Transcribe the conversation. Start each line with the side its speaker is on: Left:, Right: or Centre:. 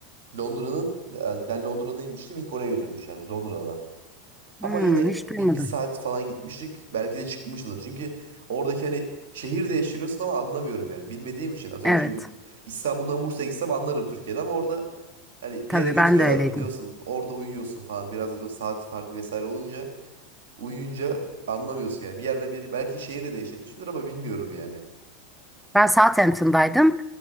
Right: Londra'nın e, ben Londra'daymıştım ilk oraya götürmüşler Londra'da. Ama
Centre: Hmm,
Right: yine
Centre: hiç
Right: bir,
Centre: duymadım.
Right: bir saat falan gitmiştik. Belki de çıkmışızdır. Çünkü oradaki hani şehir değiştiriyorsun ama anlamıyorum yani. Bilmediğim için. Atıyorum
Centre: Evet.
Right: şimdi İstanbul'dan Bursa'ya gitsem anlarım Türkiye'de ama orada hani
Centre: Tabii
Right: bir yere götürüyorlar
Centre: ben de öyleydim.
Right: biliyorsun. Orada uyuyorsun falan. Biraz da böyle saat farkı vesaire olunca uyuyunca anlamıyorsun yani. Bir yerden bir yere belki şehir de değiştirmişimdir ama bilmiyorum yani.
Centre: Ben Southampton'daydım.